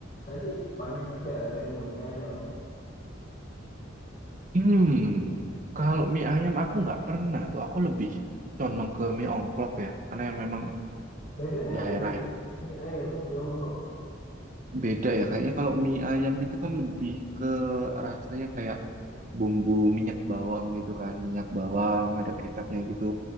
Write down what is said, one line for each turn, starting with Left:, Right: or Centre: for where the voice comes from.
Left: tadi banyak ya kayaknya mie ayam.
Right: Hmm. Kalau mie ayam aku nggak pernah tuh. Aku lebih condong ke mie ongklok ya, karena yang memang
Left: Bedanya
Right: daerah
Left: apa tuh? sama
Right: ya.
Left: Mie ayam, mie ongklok.
Right: Beda ya kayaknya kalau mie ayam itu kan lebih ke rasanya kayak bumbu minyak bawang gitu kan, minyak bawang ada kecapnya gitu,